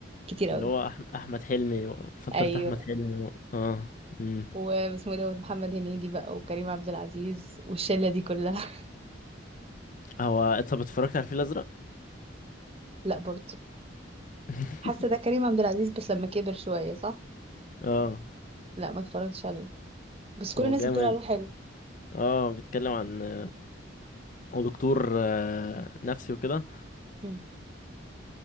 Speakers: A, on the right; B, on the left.
A: كتير قوي
B: اللي هو أح- احمد حلمي فتره
A: ايوه
B: احمد حلمي و... اه امم
A: واسمه دوت محمد هنيدي بقى وكريم عبد العزيز والشله دي كلها
B: هو طب اتفرجت على الفيل الازرق
A: <laughs> لا برضه
B: <laughs>
A: حاسه ده كريم عبد العزيز بس لما كبر شويه صح
B: اه
A: لا ما اتفرجتش عليه بس كل
B: هو
A: الناس
B: جامد
A: بتقول عليه حلو
B: اه بيتكلم عن آه، هو دكتور آه، نفسي وكده
A: مم.